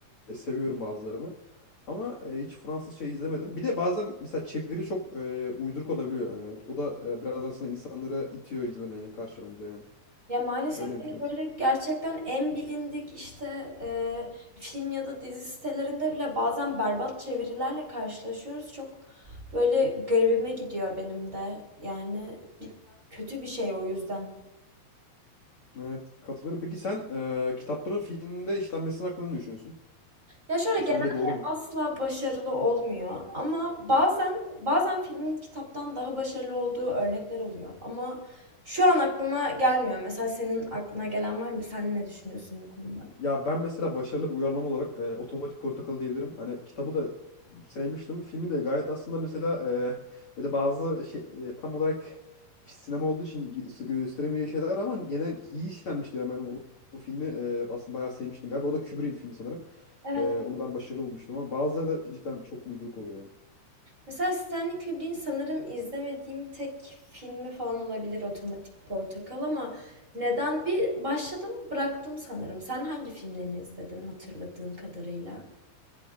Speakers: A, on the left; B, on the right.
A: e, seviyorum bazılarını. Ama e, hiç Fransız şey izlemedim. Bir de bazen mesela çeviri çok e, uyduruk olabiliyor. Yani o da e, biraz aslında insanları itiyor izlemeye karşı bence yani.
B: Ya maalesef
A: Sen ne düşünüyorsun?
B: hani böyle gerçekten en bilindik işte eee, film ya da dizi sitelerinde bile bazen berbat çevirilerle karşılaşıyoruz. Çok böyle garibime gidiyor benim de. Yani bir- kötü bir şey o yüzden.
A: Evet, katılıyorum. Peki sen e, kitapların filmde işlenmesinin hakkında ne düşünüyorsun?
B: Ya şöyle
A: E,
B: genelde
A: sence doğru mu?
B: asla başarılı olmuyor ama bazen bazen filmin kitaptan daha başarılı olduğu örnekler oluyor. Ama şu an aklıma gelmiyor. Mesela senin aklına gelen var mı? Sen ne düşünüyorsun bu konuda?
A: Ya ben mesela başarılı bir uyarlama olarak e, Otomatik Portakal diyebilirim. Hani kitabı da sevmiştim. Filmi de gayet aslında mesela e, böyle bazı şey e, tam olarak sinema olduğu için gö- gösteremeyeceği şeyler var ama gene iyi işlenmişti. Yani ben o, o filmi e, aslında bayağı sevmiştim galiba. O da Kubrick'in filmi sanırım.
B: Evet.
A: E, onu ben başarılı bulmuştum ama bazıları da cidden çok uyduruk oluyor yani.
B: Mesela Stanley Kubrick'in sanırım izlemediğim tek filmi falan olabilir Otomatik Portakal ama neden bir başladım bıraktım sanırım. Sen hangi filmlerini izledin hatırladığın kadarıyla?